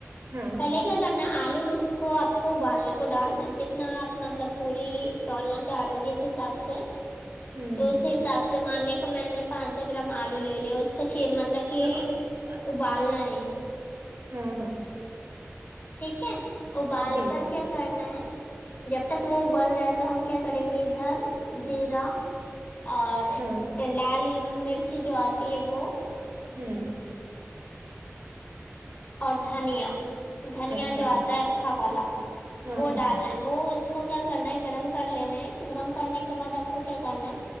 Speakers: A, on the right; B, on the left.
A: ہاں
B: پہلے
A: ہاں
B: کیا کرنا آلو رو کو آپ کو ابالنے کو ڈالنا جتنا آپ مطلب پوری تولنا چاہ رہے ہو جس حساب سے سے
A: ہوں
B: تو اسی
A: ہ
B: حساب سے مان لیں کہ میں نے پانچ سو گرام آلو لے لیا اس کو چ مطلب کہ
A: کیا آپ کسی سے بات کرنا
B: ابالنا
A: چاہتے ہیں
B: ہے
A: ہاں ہاں
B: ٹھیک ہے ابال
A: جی
B: کر کیا کرنا ہے جب تک وہ ابل رہا ہے تو ہم کیا کریں گے ادھر جیرا اور
A: ہاں
B: لال مرچی جو آتی ہے وہ
A: ہم
B: اور دھنیا دھنیا
A: اچھا
B: جو اتا ہے کھا والا
A: ہاں
B: وہ
A: ہاں
B: ڈالنا وہ اس کو کیا کرنا ہے گرم کر لینا ہے گرم کرنے کے بعد اپ کو کیا کرنا ہے